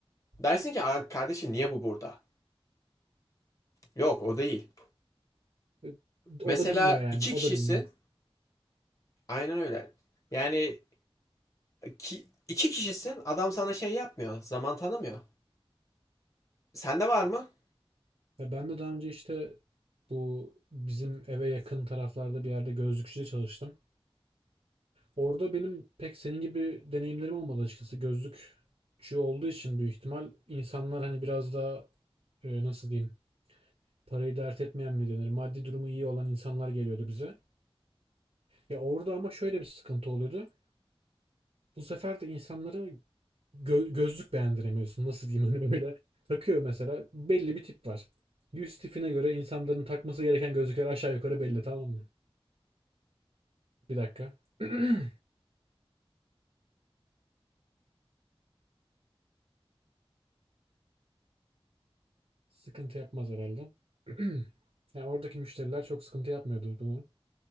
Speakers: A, on the left; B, on the right.
A: Dersin ki kardeşim niye bu burada? Yok o değil.
B: E, O
A: Mesela
B: da bilmiyor yani.
A: iki
B: O
A: kişisin.
B: da bilmiyor.
A: Aynen öyle. Yani ki- iki kişisin. Adam sana şey yapmıyor. Zaman tanımıyor. Sende var mı?
B: Ya ben de daha önce işte bu bizim eve yakın taraflarda bir yerde gözlükçüde çalıştım. Orada benim pek senin gibi deneyimlerim olmadı açıkçası. Gözlükçü olduğu için büyük ihtimal insanlar hani biraz daha e, nasıl diyeyim parayı dert etmeyen mi denir? Maddi durumu iyi olan insanlar geliyordu bize. Ya orada ama şöyle bir sıkıntı oluyordu. Bu sefer de insanlara gö- gözlük beğendiremiyorsun. Nasıl diyeyim hani böyle takıyor mesela belli bir tip var. Yüz tipine göre insanların takması gereken gözlükler aşağı yukarı belli tamam mı? Bir dakika. <clears throat> Sıkıntı yapmaz herhalde. <clears throat> Yani oradaki müşteriler çok sıkıntı yapmıyordu bunu.